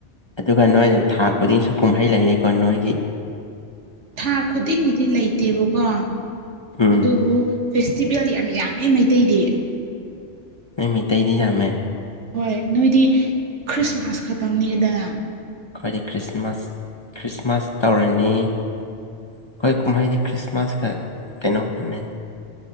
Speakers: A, on the left; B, on the right.
A: ꯑꯗꯨꯒ ꯅꯣꯏ ꯊꯥ ꯈꯨꯗꯤꯡꯁꯨ ꯀꯨꯝꯍꯩ ꯂꯩꯌꯦꯀꯣ ꯅꯣꯏꯒꯤ
B: ꯊꯥ ꯈꯨꯗꯤꯡꯒꯤꯗꯤ ꯂꯩꯇꯦꯕꯀꯣ
A: ꯎꯝ
B: ꯑꯗꯨꯕꯨ ꯐꯦꯁꯇꯤꯚꯦꯜ ꯌꯥꯝ ꯌꯥꯝꯃꯦ ꯃꯩꯇꯩꯗꯤ
A: ꯃꯤꯇꯩꯗꯤꯖꯃꯦ
B: ꯍꯣꯏ ꯅꯣꯏꯗꯤ ꯈ꯭ꯔꯤꯁꯃꯥꯁ ꯈꯛꯇꯪꯅꯤꯗꯅ
A: ꯑꯩꯈꯣꯏꯗꯤ ꯈ꯭ꯔꯤꯁꯃꯥꯁ ꯈ꯭ꯔꯤꯁꯃꯥꯁ ꯇꯧꯔꯅꯤ ꯑꯩꯈꯣꯏ ꯀꯨꯝꯍꯥꯏꯗꯤ ꯈ꯭ꯔꯤꯁꯃꯥꯁ ꯀ ꯀꯩꯅꯣ ꯀ ꯊꯅꯦ